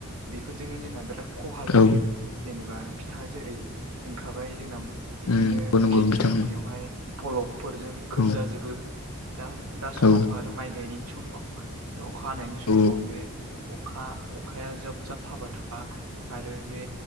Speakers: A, on the right (about 70°); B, on the left (about 75°).
A: बेफोरजोंनो जोंना बेराद खहा जायो
B: औ
A: जेनेबा बिथाङा जेरै होनखाबाय जोंना बिदिनो
B: उम नंगौ
A: खेथि
B: नंगौ बिथां
A: नायावहाय फलबफोरजों खोबजा
B: औ
A: जोबो दा दा समथ'
B: औ
A: आरो माय गायनायनि समबाव अखा हानायनि समबाव
B: औ
A: बे अखा अखाया जोब जाब हाबाय थाबा आरो बे